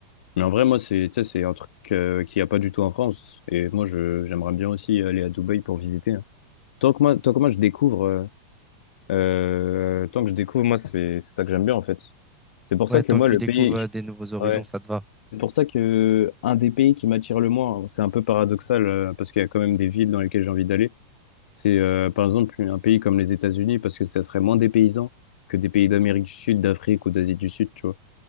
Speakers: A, on the left (about 75°); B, in the centre.
A: Mais en vrai, moi, c'est tu sais, c'est un truc euh, qu'il n'y a pas du tout en France. Et moi, je j'aimerais bien aussi aller à Dubaï pour visiter. hein. Tant que moi, tant que moi, je découvre. euh, euh, tant que je découvre, moi, c'est c'est ça que j'aime bien en fait. C'est pour
B: ouais,
A: ça
B: tant
A: que moi,
B: que tu
A: le
B: découvres
A: pays.
B: euh,
A: je-
B: des nouveaux horizons,
A: Ouais.
B: ça te va.
A: C'est pour ça que un des pays qui m'attire le moins, c'est un peu paradoxal euh, parce qu'il y a quand même des villes dans lesquelles j'ai envie d'aller. C'est euh, par exemple un pays comme les États-Unis parce que ça serait moins dépaysant que des pays d'Amérique du Sud, d'Afrique ou d'Asie du Sud, tu vois.